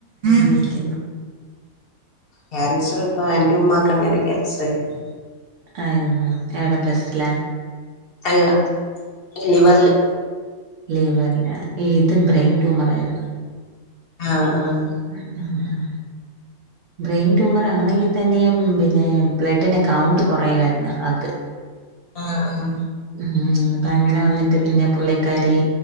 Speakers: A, on the right; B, on the left.
A: വിളിക്കുന്നു
B: ക്യാൻസർ ഇപ്പ എന്റ ഉമ്മാക്ക് അങ്ങനെ ക്യാൻസർ ആയിരുന്നു
A: ആയിരുന്നോ എവിടെ ബ്രസ്റ്റ്ലാ
B: അല്ല എ ലിവർല്
A: ലിവറിലാ ഏത് ബ്രെയിൻ ട്യൂമർ ആയിരുന്നോ
B: ആഹ് ആഹ്
A: അഹ്‌ ആഹ് ബ്രെയിൻ ട്യൂമർ ആണെങ്കിൽ തന്നെയും പിന്നെ ബ്ലഡിന് കൗണ്ട് കുറയുമായിരുന്നു ആൾക്ക്
B: ആഹ് ആഹ്
A: ഉം അപ്പ അങ്ങനെ വന്നിട്ട് പിന്നെ പുള്ളിക്കാരി